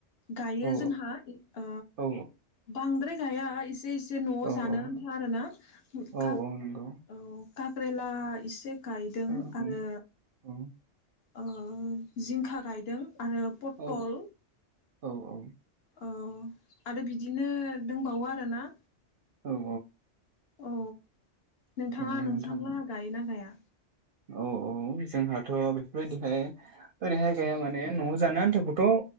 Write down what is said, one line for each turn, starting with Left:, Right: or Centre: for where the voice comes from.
Left: गायो
Right: औ
Left: जोंहा ओ
Right: औ
Left: बांद्राय गाया इसे जे न'आव
Right: औ
Left: जानो
Right: औ
Left: आन्था आरो ना
Right: औ
Left: खाथ
Right: औ नंगौ
Left: औ कक्रेला इसे गायदों
Right: औ
Left: आरो
Right: औ औ
Left: ओ जिंखा गायदों। आरो पटल
Right: औ औ औ
Left: अ आरो बिदिनो दंबावो आरोना
Right: औ औ
Left: औ नोंथाङा
Right: औ नोंथां
Left: नोंसांला गायोना गाया?
Right: औ औ जोंहाथ' बेफोरबायदिहाय ओरैहाय गया माने न'आव जानो आन्थाखौथ'